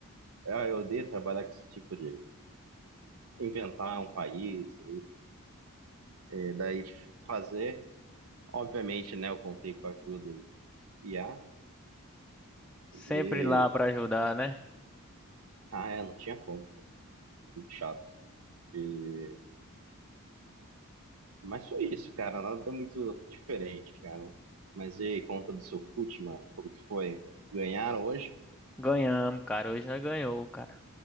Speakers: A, on the right (about 70°); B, in the centre.
A: Ah, eu odeio trabalhar com esse tipo de. Inventar um país e daí de fazer. Obviamente, né? Eu contei com a ajuda do IA
B: Sempre
A: e.
B: lá pra ajudar, né?
A: Ah, é, não tinha como, cara, muito chato. E- Mas foi isso, cara. Nada muito diferente, cara. Mas e aí, conta do seu fute, mano? Como que foi? Ganharam hoje?
B: Ganhamos, cara. Hoje nós ganhou, cara.